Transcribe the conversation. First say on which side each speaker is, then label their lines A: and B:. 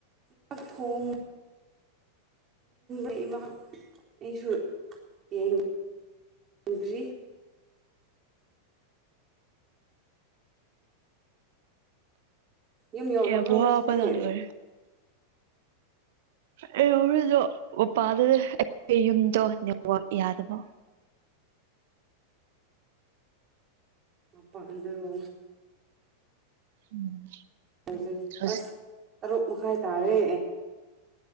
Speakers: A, on the right; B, on the right.
A: ꯆꯥꯛ ꯊꯣꯡ ꯏ ꯏꯃꯥ ꯕꯞ ꯑꯩꯁꯨ ꯌꯦꯡꯗ꯭ꯔꯤ ꯌꯨꯝ ꯌꯧꯔꯕ꯭ꯔꯣ
B: ꯌꯥꯝ ꯋꯥꯕꯅ
A: ꯍꯧꯖꯤꯛꯇꯤ
B: ꯂꯣꯏꯔꯦ ꯑꯦꯌꯧꯕꯤꯗꯣ ꯃꯄꯥꯗꯨꯗꯤ ꯑꯩ ꯌꯨꯝꯗꯣ ꯅꯦꯠꯋꯥꯔꯛ ꯌꯥꯗꯕ
A: ꯃꯄꯥꯟꯗꯔꯣ
B: ꯎꯝ
A: ꯍꯧꯖꯤꯛ
B: ꯍꯧꯖꯤꯛ
A: ꯑꯁ ꯇꯔꯨꯛ ꯃꯈꯥꯏ ꯇꯥꯔꯦ